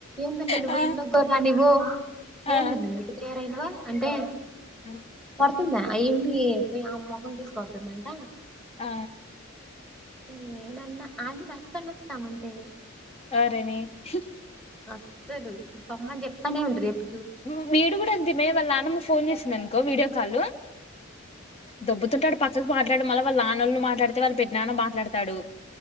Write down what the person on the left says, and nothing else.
ఆ
ఆ
ఉమ్
ఆ
ఆరే నీ హీ
ఊమ్ వీడు కూడా అంతే మే వాళ్ళ నానమ్మ ఫోన్ చేసిందన్ కో విడియో కాలు దోబ్బుతుంటాడు పచాక్ మాట్లాడి మళ్ళ వాళ్ళ నానలు మాట్లాడితే వాళ్ళ పెద్ నాన్న మాట్లాతాడు